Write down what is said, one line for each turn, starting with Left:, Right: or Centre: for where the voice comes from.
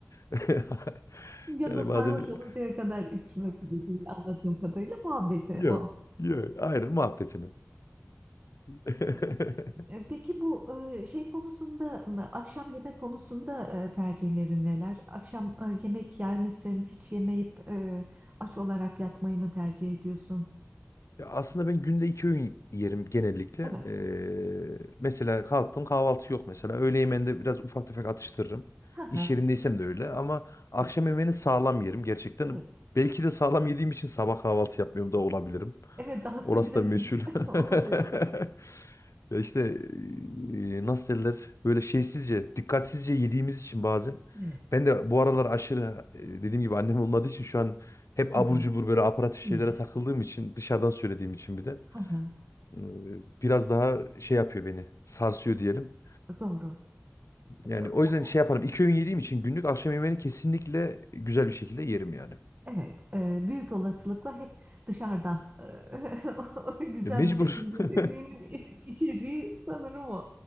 Left: <laughs>
Right: Ya
Left: yani
Right: da sarhoş
Left: bazen <laughs>
Right: oluncaya kadar içmek gibi anladığım kadarıyla muhabbeti
Left: yok
Right: olsun.
Left: yok aynen muhabbetini. <laughs>
Right: E, e, Peki bu e, şey konusunda m, akşam yemek konusunda e, tercihlerin neler? Akşam e, yemek yer misin? Hiç yemeyip e, aç olarak yatmayı mı tercih ediyorsun?
Left: Ya aslında ben günde iki öğün yerim genellikle.
Right: Evet.
Left: Ee, mesela kalktım kahvaltı yok mesela. Öğle yemeğinde biraz ufak tefek atıştırırım.
Right: Ha
Left: İş
Right: ha.
Left: yerindeysem de öyle ama akşam
Right: Evet.
Left: yemeğini sağlam yerim gerçekten.
Right: Evet.
Left: Belki de sağlam yediğim için sabah kahvaltı yapmıyorum da olabilirim.
Right: Evet daha sindirememiş
Left: Orası da meçhul.
Right: <laughs> oluyorsun.
Left: <laughs> Ya işte e, nasıl derler böyle şeysizce, dikkatsizce yediğimiz için bazen.
Right: Ne?
Left: Ben de bu aralar aşırı e, dediğim gibi annem olmadığı için şu an hep
Right: Ha
Left: abur
Right: ha.
Left: cubur böyle aparatif
Right: Ne?
Left: şeylere takıldığım için dışarıdan söylediğim için bir de
Right: Ha ha.
Left: e, biraz daha şey yapıyor beni sarsıyor diyelim.
Right: Doğru.
Left: Yani
Right: E,
Left: o
Right: o-
Left: yüzden şey yaparım iki öğün yediğim için günlük akşam yemeğini kesinlikle güzel bir şekilde yerim yani.
Right: Evet, e, büyük olasılıkla hep dışarıdan e, <laughs> güzel
Left: E, mecbur.
Right: bir şekilde
Left: <laughs>
Right: dediğinin içeriği sanırım o.